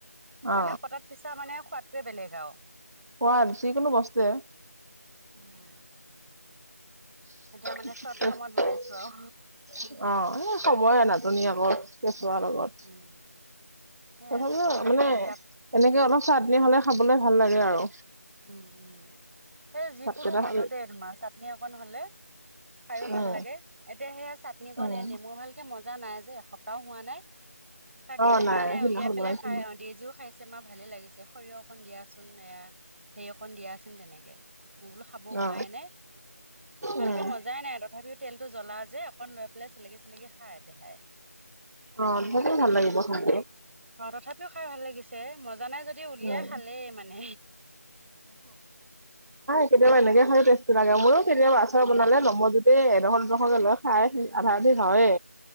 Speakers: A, on the right; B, on the right.
A: অ
B: হ'লেও পটাত পিছা মানে শুৱাদটোৱে বেলেগ আৰু
A: খোৱা যিকোনো বস্তুৱে
B: উম
A: <unintelligible>
B: এতিয়া মানে চৰ্ট ফৰ্মত বনাইছো আৰু
A: অ এই সময়ৰ নাটনি আকৌ কেঁচুৱা লগত
B: উম সেয়া
A: তথাপিও
B: ত তহঁতে
A: মানে
B: কান্দি দিয়া
A: এনেকে অলপ চাহটনি হলে খাবলৈ ভাল লাগে আৰু
B: উম উম সেই যিকোনো
A: ভাতকেইটা
B: ভাততে
A: খালে।
B: তোমাৰ চাটনি অকণ হলে খাইয়ো ভাল
A: উম
B: লাগে এতিয়া সেয়া চাটনি কণ
A: উম
B: এ নেমু ভাল এ মজা নাই যে এসপ্তাহও হোৱা নাই তাকে
A: অ
B: উপায় নাই
A: সিদিনাখন
B: উলিয়াই পেলাই
A: বনাইছিলো
B: খাই অ ডিজিও খাইছে মাৰ ভালে লাগিছে সৰিয়হ অকন দিয়াচোন এতিয়া সে অকন দিয়াচোন তেনেকে মই বোলো খাব হোৱাই
A: অ
B: নে ভালকে
A: উম
B: মজাই নাই তথাপিও তেলটো জ্বলা যে অকন লৈ পেলাই চেলেকি চেলেকি খাই দেহাই
A: অ তথাপিও ভাল লাগিব খাব
B: অ তথাপিও খাই ভাল লাগিছে মজা নাই যদিও উলিয়াই
A: উম,
B: খালেই মানে
A: কেতিয়াবা এনেকে
B: মই বোলো
A: খ বস্তু লাগে মোৰো কেতিয়াবা আ আচাৰ
B: অ
A: বনালে নমোজোতে এডোখৰ দুডোখৰকে লৈ খাই আধা আধি হয়ে।